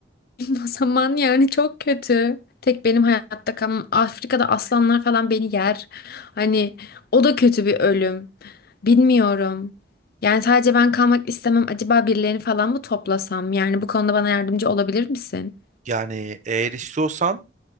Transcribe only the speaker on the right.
Yani eğer istiyorsan